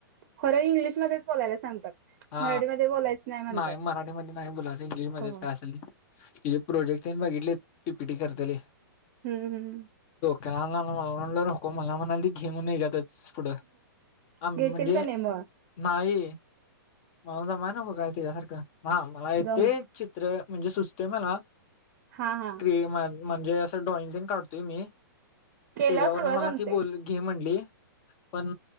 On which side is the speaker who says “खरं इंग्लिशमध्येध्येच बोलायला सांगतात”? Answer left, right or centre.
Right